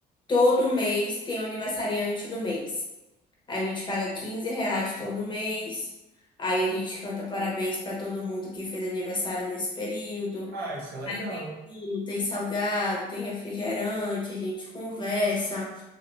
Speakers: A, on the left (about 25°); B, on the right (about 70°).
A: todo mês tem o aniversariante do mês. A gente paga 15 reais todo mês. Aí a gente canta parabéns para todo mundo que fez aniversário nesse período.
B: Ah, isso é legal.
A: Aí tem bolo, tem salgado, tem refrigerante, a gente conversa.